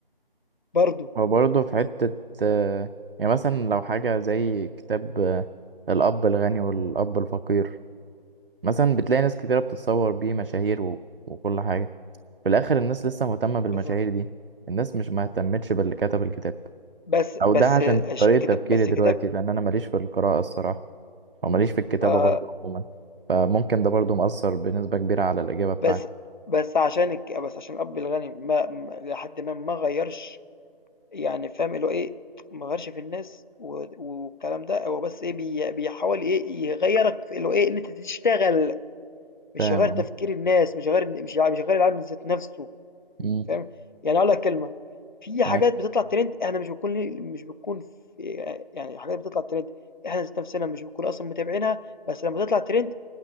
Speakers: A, on the left; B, on the right.
A: برضه،
B: وبرضه في حتة آه، يعني مثلا لو حاجة زي كتاب آه، الأب الغني والأب الفقير مثلا بتلاقي ناس كتيرة بتتصور بيه مشاهير و... وكل حاجة في الآخر الناس لسه مهتمة بالمشاهير
A: بالضبط،
B: دي الناس مش مهتمتش باللي كتب الكتاب
A: بس بس
B: او ده عشان
A: اش
B: طريقة
A: كت
B: تفكيري
A: بس
B: دلوقتي
A: كتاب
B: لان انا ماليش في القراءة الصراحة او ماليش في الكتابة
A: آآ
B: برضو عموما فممكن ده برضو مؤثر بنسبة كبيرة على الإجابة بتاعتي
A: بس بس عشان الك... بس عشان الأب الغني ما ما- لحد ما ما غيرش يعني فاهم اللي هو إيه ما غيرش في الناس و... والكلام ده هو بس إيه بي... بيحاول إيه يغيرك في اللي هو إيه إن أنت تشتغل مش
B: فاهم
A: غير
B: اه
A: تفكير الناس مش غير مش مش غير العالم ذات نفسه
B: امم
A: فاهم يعني أقول لك كلمة في حاجات
B: معاك
A: بتطلع ترند إحنا مش بنكون مش بنكون في... إيه، يعني حاجات بتطلع ترند إحنا ذات نفسنا مش بنكون أصلا متابعينها بس لما تطلع ترند